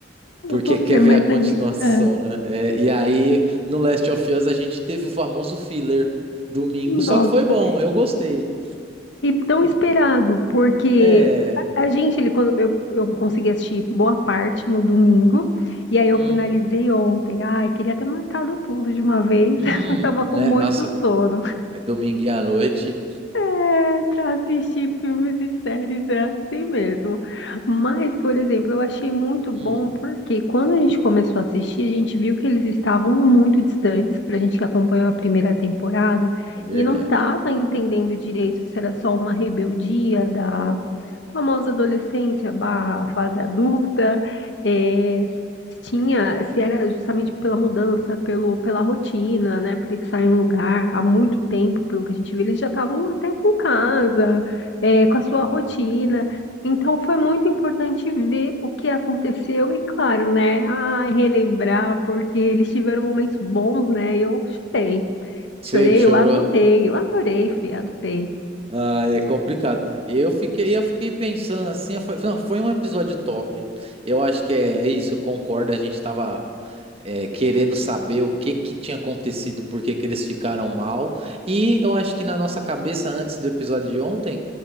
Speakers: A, on the right (about 30°); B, on the left (about 75°).
A: Porque
B: Ô,
A: quer
B: Fê,
A: ver
B: mas
A: a continuação,
B: ali. ah,
A: né? É, e aí, no Last of Us, a gente teve o famoso filler domingo,
B: nossa,
A: só que foi bom, eu gostei.
B: e tão esperado, porque
A: É.
B: a, a gente, ele, quando eu, eu consegui assistir boa parte no domingo, e aí eu
A: Hum,
B: finalizei ontem. Ai, queria ter matado tudo de uma vez,
A: hum,
B: <laughs> mas tava com
A: né?
B: muito
A: Nossa,
B: sono.
A: é domingo à noite.
B: É, pra assistir filmes e séries é assim mesmo. Mas, por exemplo, eu achei muito bom
A: Hum,
B: porque quando a gente começou a assistir, a gente viu que eles estavam muito distantes pra gente que acompanhou a primeira temporada
A: é verdade.
B: e não tava entendendo direito se era só uma rebeldia da famosa adolescência barra fase adulta, é, tinha, se era justamente pela mudança,
A: Hum.
B: pelo, pela rotina, né? Por eles saírem um lugar há muito tempo, pelo que a gente viu, eles já estavam até com casa, é, com a sua rotina. Então foi muito importante ver o que aconteceu e, claro, né? Ai, relembrar, porque eles tiveram momentos bons, né? e Eu chorei.
A: Você
B: Chorei,
A: chorou?
B: eu adorei, eu adorei, Fê, adorei.
A: Ah, é complicado. Eu fiquei, eu fiquei pensando assim, eu falei, não, foi um episódio top. Eu acho que é é isso, eu concordo. A gente tava é, querendo saber o que que tinha acontecido, por que que eles ficaram mal. E eu acho que na nossa cabeça, antes do episódio de ontem,